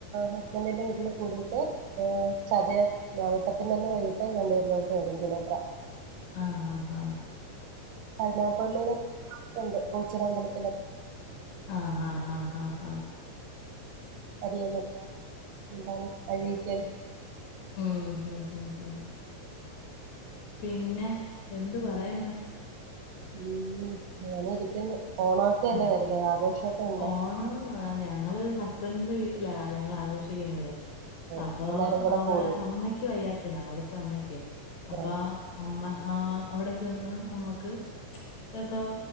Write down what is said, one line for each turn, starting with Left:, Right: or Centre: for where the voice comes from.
Right: ഹസ്ബൻറിന്റെ വീട്ടില് കൂടിയിട്ട് ആ ചതയ നാപ്പത്തിനെന്ന് വൈകിട്ട് വണ്ടൂരിലോട്ട് വരും പുനോട്ര
Left: ആ ഹാ ഹാ
Right: അറണാപള്ളിയിലൊ <unintelligible> ഓച്ചിറ അമ്പലത്തില
Left: ആ ഹാ ഹാ ഹാ
Right: അറിയോ മറ്റേ എന്താണ് അഴീക്കൽ
Left: ഉം ഉം ഉം ഉം പിന്നെ എന്ത് പറയ്ന്ന്?
Right: ഉം. ഇങ്ങനെരിക്ക്ന്ന് ഓണൊക്കെല്ലേ
Left: ആ,
Right: വരുന്നത് ആഘോഷക്കെ ഇണ്ടോ?
Left: ഓണം ആ ഞങ്ങള് ഹസ്ബൻഡ് വീട്ടിലാ ഞങ്ങളാഘോഷിക്കുന്നത്.
Right: ഉം,
Left: അപ്പൊ
Right: എല്ലാരും കൂടെ
Left: അവടെ
Right: കൂടും
Left: അമ്മക്ക് വയ്യാത്ത യാ അവിടത്തെ അമ്മക്ക് അപ്പോ
Right: ആ
Left: അമ്മ ആ അവിടെ ചെന്ന് നമ്മുക്ക് ഇപ്പൊ